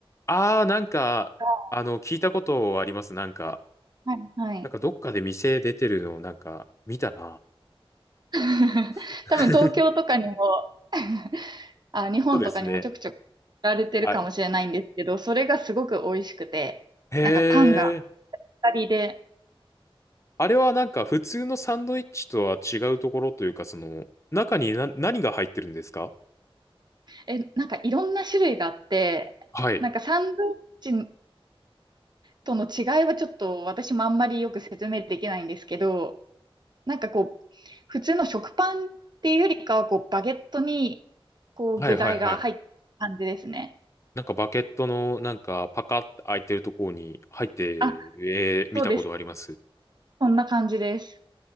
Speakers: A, on the left; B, on the right.
A: ああ、なんか、
B: が、
A: あの、聞いたことあります。なんか、
B: はい、はい。
A: なんかどっかで店出てるのをなんか見たな。
B: <laughs>
A: <laughs>
B: 多分東京とかにも <laughs> あ、日本とかにもちょくちょく売られてるかもしれないんですけど、
A: そうですね。あ
B: それがすごく美味しくて、
A: へ
B: なんかパンが
A: え。
B: 当たりで、
A: あれはなんか普通のサンドイッチとは違うところというか、その、中にな、何が入ってるんですか
B: え、なんかいろんな種類があって、
A: はい。
B: なんかサンドイッチとの違いはちょっと私もあんまりよく説明できないんですけど、なんかこう、普通の食パンっていうよりかは、こう、バゲットに、こう、
A: はいはいはい。
B: 具材が入った感じですね。
A: なんかバケットのなんかパカッて開いてるところに入ってる、
B: あ、
A: えー見たことあります。
B: そうです。そんな感じです。